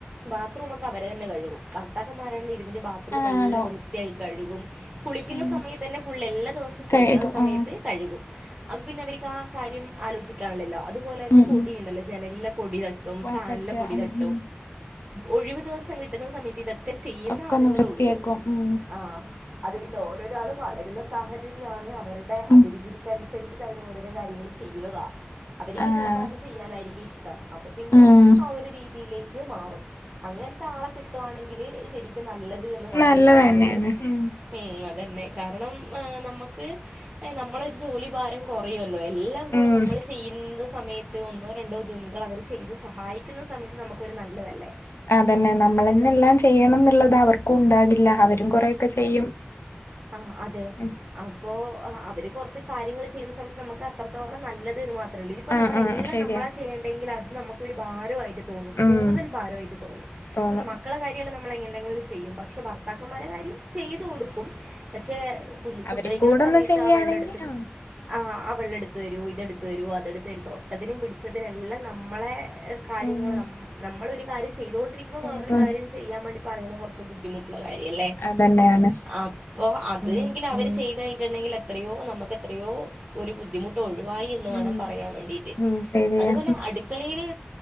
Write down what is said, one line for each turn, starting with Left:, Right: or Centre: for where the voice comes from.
Right: ബാത്റൂമൊക്കെ അവര്ന്നെ കഴുകും ഭർത്താക്കന്മാര ഇര്ന്നിട്ട് ബാത്റൂം
Left: ആണോ
Right: എല്ലാം വൃത്തിയായി കഴുകും കുളിക്കുന്ന
Left: ഉം
Right: സമയത്ത് തന്നെ ഫുള്ളെല്ലാ ദിവസോം കുളിക്കുന്ന
Left: കഴുകും
Right: സമയത്ത്
Left: ആഹ്
Right: കഴുകും അ പിന്നെ അവർക്ക് ആ കാര്യം ആലോചിക്കാനുള്ളല്ലോ അതുപോലെ തന്നെ
Left: ഉം
Right: പൊടിയുണ്ടല്ലോ
Left: ഉം
Right: ജനലിലെ പൊടി തട്ടും
Left: വാതട്ട്
Right: ഫാനിലെ പൊടി
Left: ഉം
Right: തട്ടും
Left: ഉം
Right: ഒഴിവ് ദിവസം കിട്ടുന്ന സമയത്ത് ഇതൊക്കെ ചെയ്യുന്ന
Left: ഒക്കെ
Right: ആണുങ്ങളുണ്ട്
Left: ഒന്ന് വൃത്തിയാക്കും ഉം
Right: ആ അതു ഓരോരോ ആളുകള് വളരുന്ന സാഹചര്യമാണ് അവരുടെഅഭിരുചിക്ക്
Left: ഉം
Right: അനുസരിച്ചിട്ട് അവർ ഓരോരോ കാര്യങ്ങൾ ചെയ്യുന്നതാ അവരിക്ക്
Left: ആഹ്
Right: ചെലപ്പോ അത് ചെയ്യാനായിരിക്കും ഇഷ്ടം അപ്പൊ പിന്നെ
Left: ഉം
Right: ആ ഒരു രീതിയില് മാറും അങ്ങനത്താളെ കിട്ടുവാണെങ്കിൽ ശെരിക്കും നല്ല മാത്രമേ
Left: നല്ലത്
Right: പറയാനുള്ളൂ
Left: തന്നെയാണ് ഉം
Right: ഉം അതെ ണ്ട് കാരണം നമുക്ക് നമ്മളൊരു ജോലി ഭാരം കൊറയു ള്ളൂ എല്ലാം കൂടെ
Left: ഉം
Right: നമ്മള് ചെയ്യുന്ന സമയത്ത് ഒന്നോ രണ്ടോ ജോലികൾ അവർ ചെയ്ത് സഹായിക്കുന്ന സമയത്ത് നമുക്കൊരു നല്ലതല്ലേ
Left: അതെന്നെ നമ്മളെന്നെ എല്ലാം ചെയ്യണം എന്നുള്ളത് അവർക്കും ഉണ്ടാകില്ല അവരും കുറൊയൊക്കെ ചെയ്യും
Right: ആ അതെ
Left: ഉം
Right: അപ്പൊ അവര് കൊർച്ച് കാര്യങ്ങൾ ചെയ്യുന്ന സമയത്ത് നമുക്ക് അത്രത്തോളം നല്ലത് ന്ന് മാത്രം ഇപ്പം
Left: ആഹ്
Right: നമ്മളെല്ലാം
Left: ആഹ് ശരിയാ
Right: നമ്മളെ ചെയ്യണ്ടെങ്കിൽ അത് നമുക്കൊരു ഭാരായിട്ട് തോന്നു
Left: ഉം
Right: കൂടുതൽ ഭാരായിട്ട് തോന്നും
Left: തോന്നും
Right: അ മക്കളെ കാര്യല്ലം നമ്മള് എങ്ങനെ ന്തെങ്കിലൊക്കെ ചെയ്യും പക്ഷെ ഭർത്താക്കന്മാരെ കാര്യം ചെയ്തു കൊടുക്കും പക്ഷെ ഫുഡ്
Left: അവരും
Right: കഴിക്കുന്ന
Left: കൂടെ ഒന്ന്
Right: സമയത്ത്
Left: ചെയ്യാണെങ്കി
Right: ആ വെള്ളെട്ത്ത്
Left: ആ
Right: ആ ആ വെള്ളെടുത്ത് തരോ ഇതെടുത്ത് തരോ അതെടുത്ത് തരു തൊട്ടതിനും പിടിച്ചതിനെല്ലാം നമ്മളെ കാര്യങ്ങള്
Left: ഉം
Right: നമ്മളൊരു കാര്യം ചെയ്തോണ്ടിരിക്കുമ്പോ
Left: ചെയ്യ
Right: വേറൊരു
Left: ഉം
Right: കാര്യം ചെയ്യാൻ വേണ്ടി പറയുന്ന കൊറച്ച് ബുദ്ധി ബുദ്ധിമുട്ടുള്ള കാര്യല്ലേ
Left: അതന്നെയാണ്
Right: അപ്പൊ അത് അവർ ചെയ്ത് കഴിഞ്ഞട്ടുണ്ടെങ്കിൽ എത്രയോ നമുക്ക് എത്രയോ ഒരു ബുദ്ധിമുട്ട്ുള്ളു വായി ന്ന് വേണം
Left: ഉം
Right: പറയാൻ വേണ്ടട്ട്
Left: ഉം ശരിയാ
Right: അതുപോലെ അടുക്കളയിയില്